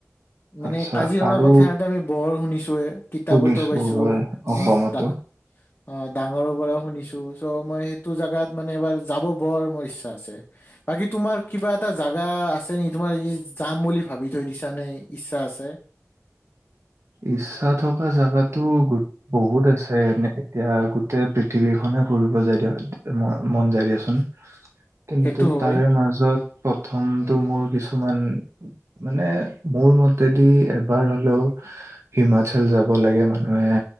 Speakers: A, on the left (about 35°); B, on the right (about 65°).
A: মানে
B: আচ্ছা
A: কাজিৰঙা
B: আৰু
A: কথা এটা আমি বৰ শুনি ছুৱে কিতাপতো
B: শুনিছো
A: পাইছো
B: হয়
A: অ',
B: অসমতো
A: ডা অ', ডাঙৰৰ পৰাও শুনিছো ত' মই সেইটো জোগাত মানে এবাৰ যাব বৰ মোৰ ইচ্ছা আছে বাকী তোমাৰ কিবা এটা জাগা আছে নেকি তোমাৰ যাম বুলি ভাবি থৈ দিছা নে ইচ্ছা আছে?
B: ইচ্ছা থকা জোগাতো গু বহুত আছে এনে এতিয়া গোটেই পৃথিৱীখনে ফুৰিব যাই দিয়া ম ম মন যায় দিয়াচোন কিন্তু
A: সেইটো হয়
B: তাৰে মাজত প্ৰথমতটো মোৰ কিছুমান মানে মোৰ মতেদি এবাৰ হ'লেও হিমাচল যাব লাগে মানুহে